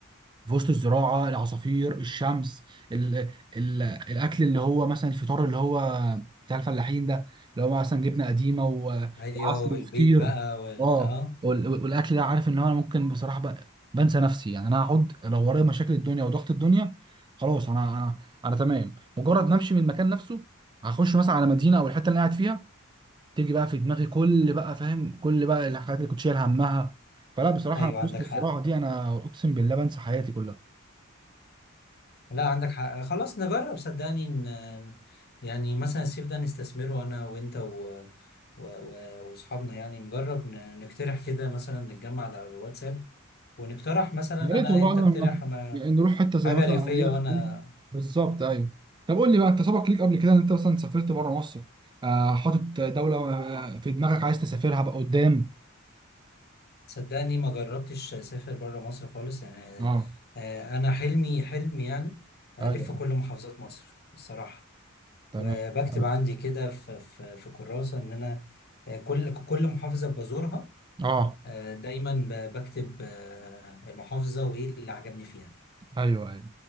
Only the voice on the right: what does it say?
في وسط الزراعه العصافير الشمس ال ال الاكل اللي هو مثلا الفطار اللي هو بتاع الفلاحين ده اللي هو مثلا جبنه قديمه و-
وعسل
وفطير
اه
وال- والاكل ده عارف ان هو انا ممكن بصراحه بقى بنسى نفسي يعني انا هقعد لو ورايا مشاكل الدنيا وضغط الدنيا خلاص انا انا انا تمام مجرد ما امشي من المكان نفسه هخش مثلا على مدينه او الحته اللي أنا قاعد فيها تيجي بقى في دماغي كل بقى فاهم كل بقى الحاجات اللي كنت شايل همها فلا بصراحه
وسط الزراعه
دي انا اقسم بالله بنسى حياتي كلها
يا ريت
والله
لما
يعني نروح حته زي
مثلا
ارياف
كده بالظبط ايوه طب قول لي بقى انت سبق ليك قبل كده ان انت مثلا سافرت بره مصر آه حاطط دوله آه، في دماغك عايز تسافرها بقى قدام
اه
ايوه
تمام
ايوه
اه
ايوه ايوه